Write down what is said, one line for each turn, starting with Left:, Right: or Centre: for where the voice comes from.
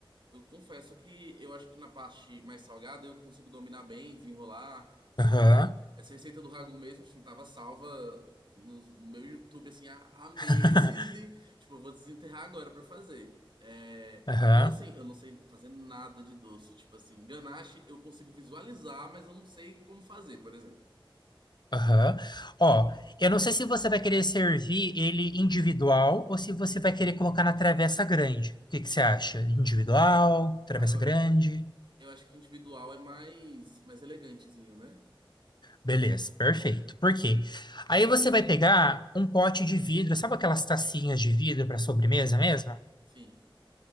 Right: eu confesso que eu acho que na parte mais salgada eu consigo dominar bem, desenrolar. Essa
Left: aham,
Right: receita do, essa receita do ragu mesmo, assim, tava salva no, no meu YouTube, assim, há, há <laughs> meses
Left: <laughs>
Right: e, tipo, eu vou desenterrar agora pra fazer. É,
Left: aham.
Right: mas assim, eu não sei fazer nada de doce. Tipo assim, ganache eu consigo visualizar, mas eu não sei como fazer, por exemplo.
Left: Aham. Ó, eu não sei se você vai querer servir ele individual ou se você vai querer colocar na travessa grande. O que que você acha? Individual, travessa
Right: Ah, eu,
Left: grande?
Right: eu acho que individual é mais, mais elegantezinho, né?
Left: Beleza, perfeito. Por quê? Aí você vai pegar um pote de vidro, sabe aquelas tacinhas de vidro para sobremesa mesmo?
Right: Sim.